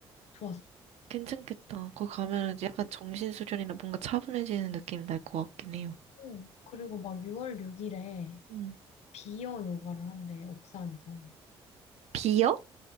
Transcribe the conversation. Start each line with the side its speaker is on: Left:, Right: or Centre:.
Left: 좋았어.
Right: 괜찮겠다. 거기 가면 약간 정신수련이나 뭔가 차분해지는 느낌 날 것 같긴 해요.
Left: 어, 그리고 막 6월 6일에
Right: 음.
Left: 비어 요가를 한대 옥상에서.
Right: 비어?